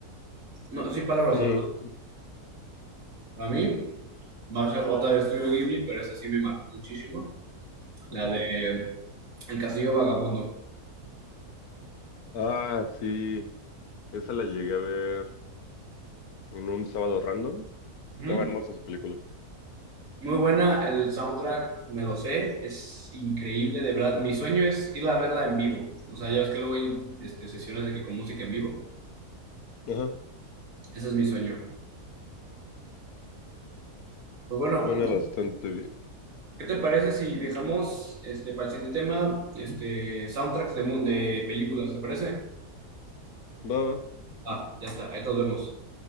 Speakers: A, on the right; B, on the left.
A: No, sin palabras,
B: Sí.
A: de A mí, va a ser otra de Estudio Ghibli, pero esta sí me marcó muchísimo, la
B: ujú.
A: de El Castillo Vagabundo.
B: Ah, sí. Esa la llegué a ver en un sábado random. Estaba
A: Ujú.
B: hermosa su película.
A: Muy buena, el soundtrack me lo sé, es increíble, de verdad. Mi sueño es ir a verla en vivo. O sea, ya ves que luego hay este, sesiones de que con música en vivo.
B: Ajá,
A: Ese es mi sueño. Pues bueno,
B: suena bastante bien.
A: ¿qué te parece si dejamos este, para el siguiente tema este, soundtracks de, mu- de películas? ¿Te parece?
B: Va, va.
A: Ah, ya está, ahí nos vemos.